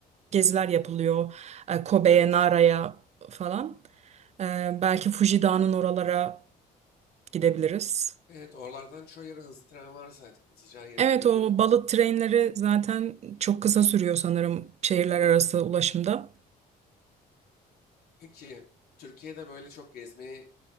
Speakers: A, on the right; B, on the left.
A: geziler yapılıyor. E, Kobe'ye,
B: Evet.
A: Nara'ya falan. E, Belki Fuji Dağı'nın oralara gidebiliriz.
B: Evet, oralardan çoğu yere hızlı tren var zaten. Hızlıca her yere
A: Evet
B: gidiliyor.
A: o balık trenleri zaten çok kısa sürüyor sanırım şehirler arası ulaşımda.
B: Peki Türkiye'de böyle çok gezmeyi